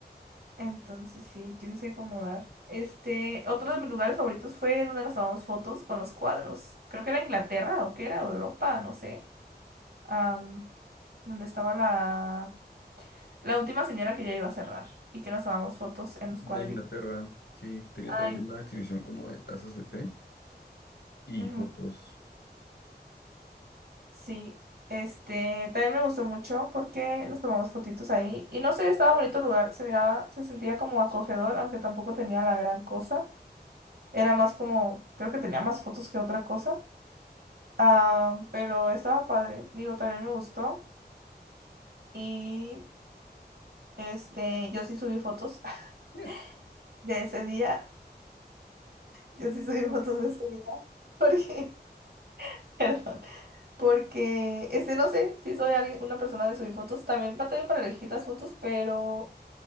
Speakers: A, on the right; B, on the left.
A: Entonces sí, tienes que acomodar. Este, otro de mis lugares favoritos fue donde nos tomamos fotos con los cuadros. Creo que era Inglaterra o que era Europa, no sé. Am, donde estaba la, la última señora que ya iba a cerrar y que nos tomamos fotos en los
B: De
A: cuadritos.
B: Inglaterra, sí, tenía
A: Ay,
B: también una exhibición como de tazas de té. y
A: ujú,
B: fotos.
A: sí. Este, también me gustó mucho porque nos tomamos fotitos ahí. Y no sé, estaba bonito el lugar. Se miraba, se sentía como acogedor, aunque tampoco tenía la gran cosa. Era más como, creo que tenía más fotos que otra cosa. Ah, pero estaba padre, digo, también me gustó. Y este, yo sí subí fotos <laughs>
B: Eh,
A: de ese día. Yo sí subí fotos de ese día. Porque, <laughs> perdón, porque, este, no sé, si soy alguien, una persona de subir fotos. También batallo para elegir las fotos, pero